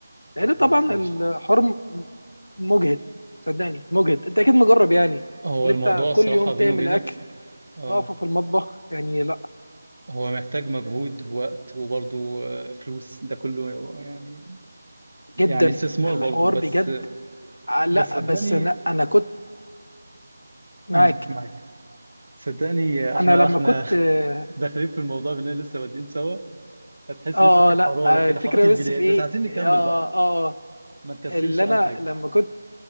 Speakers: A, on the left; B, on the right.
A: لان
B: طب كويس
A: طبعا
B: عايش
A: الحرم مجهد صدقني مجهد انت اكيد مجرب يعني
B: هو
A: اللي
B: الموضوع
A: انت
B: الصراحه
A: كل يوم تعمل
B: بيني وبينك
A: اكل
B: اه
A: واقفه في المطبخ يعني لا
B: هو محتاج مجهود ووقت وبرضه آه، فلوس ده كله يعني
A: جدا
B: يعني استثمار
A: الحوار
B: برضو بس
A: بجد آه، لا
B: بس صدقني
A: بس انا انا كنت معاك
B: امم معاك صدقني احنا
A: انا لما
B: احنا
A: كنت اه
B: <laughs> داخلين في الموضوع باننا لسه بادئين سوا فتحس
A: آه،
B: لسه في
A: آه، لا
B: حراره
A: آه،
B: كده
A: الفكره
B: حراره البدايات
A: بس في ايه
B: بس عايزين نكمل
A: اه
B: بقى
A: اه آه،
B: ما نكسلش
A: اللي
B: اهم
A: انا
B: حاجه
A: لما كنت